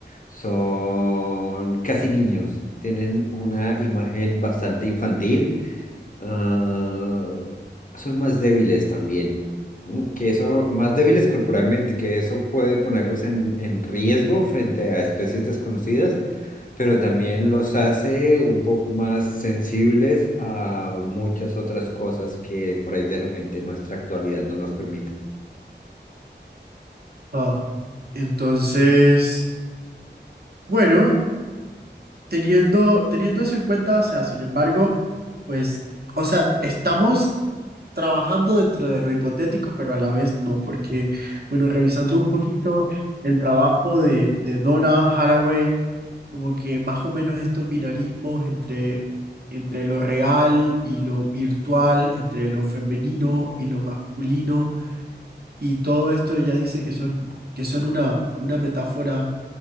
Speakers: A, on the left (about 45°); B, on the right (about 60°).
A: son casi niños, tienen una imagen bastante infantil Ah, son más débiles también. Mm, Que eso, más débiles corporalmente, que eso puede ponerlos en, en riesgo frente a especies desconocidas, pero también los hace un poco más sensibles a muchas otras cosas que por ahí de repente nuestra actualidad no nos permite.
B: Ah, entonces, bueno. Teniendo, teniendo eso en cuenta, o sea, sin embargo, pues, o sea, estamos trabajando dentro de lo hipotético, pero a la vez no, porque, bueno, revisando un poquito el trabajo de, de Donna Haraway, como que más o menos estos binarismos entre, entre lo real y lo virtual, entre lo femenino y lo masculino, y todo esto ella dice que son, que son una, una metáfora